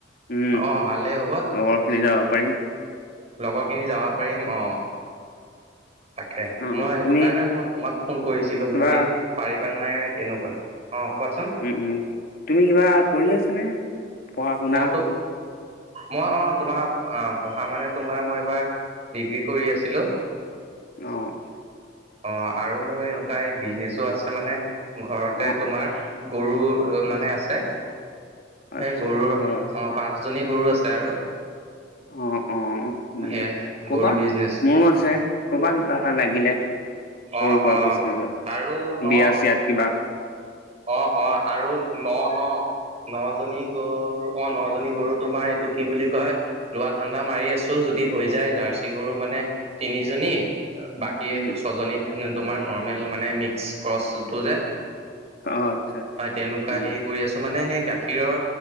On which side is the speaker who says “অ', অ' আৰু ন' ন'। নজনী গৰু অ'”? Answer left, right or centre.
Right